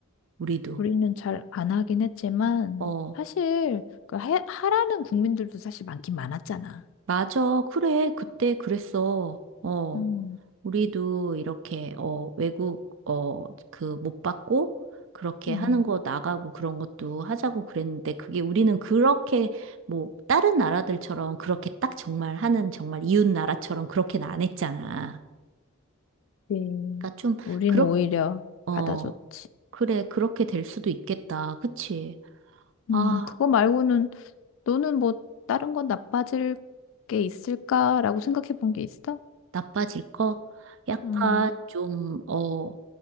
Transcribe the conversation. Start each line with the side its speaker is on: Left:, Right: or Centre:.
Right: 우리도.
Left: 우리는 잘 안 하긴 했지만
Right: 어,
Left: 사실 그 해- 하라는 국민들도 사실 많긴 많았잖아.
Right: 맞아. 그래. 그때 그랬어. 어.
Left: 음,
Right: 우리도 이렇게 어 외국 어 그 못 받고 그렇게
Left: 음,
Right: 하는 거 나가고 그런 것도 하자고 그랬는데 그게 우리는 그렇게 뭐 다른 나라들처럼 그렇게 딱 정말 하는 정말 이웃 나라처럼 그렇게는 안 했잖아.
Left: 네.
Right: 그러니까 좀
Left: 우리는
Right: 그렇
Left: 오히려
Right: 어
Left: 받아줬지.
Right: 그래 그렇게 될 수도 있겠다. 그치?
Left: 음,
Right: 아.
Left: 그거 말고는 너는 뭐 다른 건 나빠질 게 있을까라고 생각해 본 게 있어?
Right: 나빠질 거? 약간
Left: 음,
Right: 좀, 어,